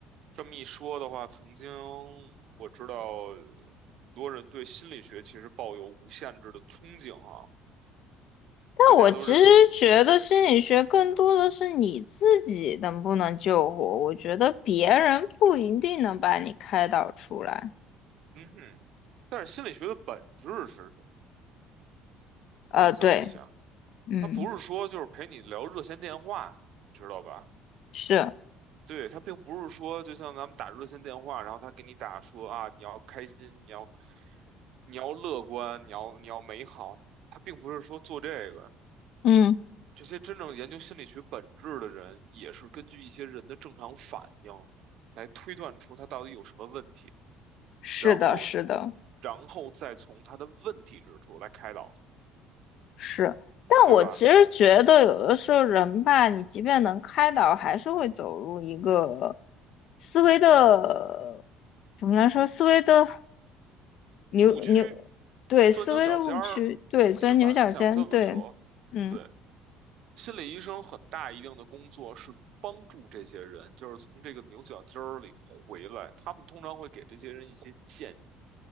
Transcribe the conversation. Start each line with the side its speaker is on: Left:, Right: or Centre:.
Right: 这么一说的话，曾经我知道呃很多人对心理学其实抱有无限制的憧憬啊，
Left: 但我其实觉得心理学更多的是你自己能不能救活，
Right: 大家都认为，
Left: 我觉得别人不一定能把你开导出来。
Right: 嗯哼。但是心理学的本质是什么
Left: 呃，
Right: 你可以这么想，
Left: 对，嗯，
Right: 它不是说就是陪你聊热线电话，知道吧？
Left: 是，
Right: 对，他并不是说，就像咱们打热线电话，然后他给你打说啊，你要开心，你要你要乐观，你要你要美好，他并不是说做这个。
Left: 嗯，
Right: 这些真正研究心理学本质的人，也是根据一些人的正常反应来推断出他到底有什么问题，
Left: 是的，
Right: 然后
Left: 是的。
Right: 然后再从他的问题之处来开导，
Left: 是，但我其实觉得有的时候人吧，
Right: 对吧？
Left: 你即便能开导，还是会走入一个思维的，怎么来说，思维的牛牛，
Right: 误区、
Left: 对，
Right: 钻牛角尖儿，
Left: 思维的误区，对，钻牛角尖，
Right: 是吧？你想这么说，
Left: 对，嗯
Right: 对。心理医生很大一定的工作是帮助这些人，就是从这个牛角尖儿里回来。他们通常会给这些人一些建议。